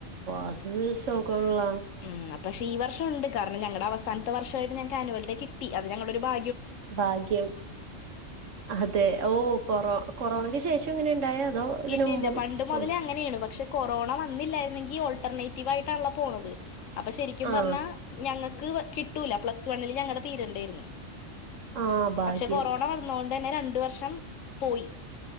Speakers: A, on the right (about 75°); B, on the left (about 85°).
A: അത് ശോകാള്ള
B: ഉം പക്ഷ ഈ വർഷ ഉണ്ട് കാരണം ഞങ്ങടെ അവസാനത്തെ വർഷമായിട്ട് ഞങ്ങൾക്ക് ആനുവൽ ഡേ കിട്ടി അത് ഞങ്ങളൊരു ഭാ
A: ഭാഗ്യം അതെ ഓ കൊറോ കൊറോണക്ക് ശേഷം ഇങ്ങനെ ഇണ്ടായേ അതോ ഇതിന്
B: ഇല്ലല്ല
A: മുമ്പും
B: പണ്ട്
A: സ്കൂൾ
B: മുതലേ അങ്ങനെയാണ് പക്ഷെ കൊറോണ വന്നില്ലായിരുന്നെങ്കി ഓൾട്ടർനെയ്റ്റീവായിട്ടാണല്ലൊ പോണത് അപ്പൊ ശരിക്കും
A: ആഹ്
B: പറഞ്ഞാ ഞങ്ങക്ക് കിട്ടൂല പ്ലസ് വണ്ണ്ല് ഞങ്ങടെ തീരണ്ടേര്ന്ന്
A: ആഹ് ഭാഗ്യം
B: പക്ഷെ കൊറോണ വന്നോണ്ടെന്നെ രണ്ട് വർഷം പോയി